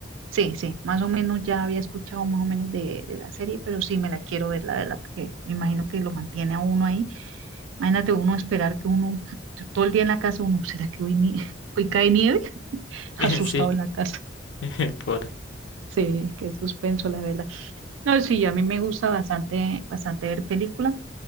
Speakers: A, on the right; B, on the left.
A: Sí, sí, más o menos ya había escuchado más o menos de, de la serie, pero sí me la quiero ver, la verdad, porque me imagino que lo mantiene a uno ahí. Imagínate uno esperar que uno, todo el día en la casa, uno, ¿será que hoy, nie- <laughs> hoy cae nieve? <laughs> Asustado
B: <laughs> Sí.
A: en la casa.
B: <laughs> Pobre.
A: Sí, qué suspenso, la verdad. No, sí, a mí me gusta bastante, bastante ver películas.